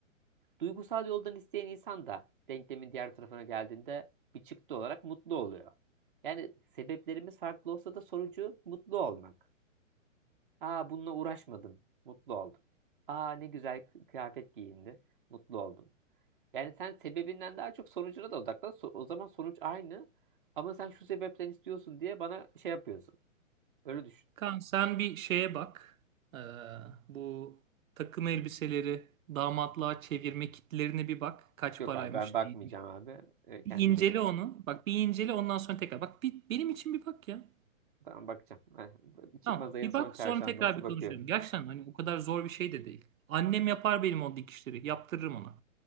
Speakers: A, on the right; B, on the right.
A: Duygusal yoldan isteyen insan da denklemin diğer tarafına geldiğinde bir çıktı olarak mutlu oluyor. Yani sebeplerimiz farklı olsa da sonucu mutlu olmak. Aa bununla uğraşmadım. Mutlu oldum. Aa ne güzel kıyafet giyindi. Mutlu oldum. Yani sen sebebinden daha çok sonucuna da odaklan. So- O zaman sonuç aynı. Ama sen şu sebepten istiyorsun diye bana şey yapıyorsun. Öyle düşün.
B: kan sen bir şeye bak. Ee, bu takım elbiseleri damatlığa çevirme kitlerine bir bak. Kaç
A: Yok
B: paraymış
A: abi ben bakmayacağım
B: değilmiş.
A: abi. E, kendine
B: Bir incele
A: iyi bak.
B: onu. Bak bir incele ondan sonra tekrar. Bak bir, benim için bir bak ya.
A: Tamam bakacağım. Ha, Çıkmaz
B: Tamam.
A: ayın
B: Bir
A: son
B: bak
A: çarşambası
B: sonra tekrar bir
A: bakıyorum.
B: konuşalım. Gerçekten hani o kadar zor bir şey de değil. Annem yapar benim o dikişleri. Yaptırırım ona.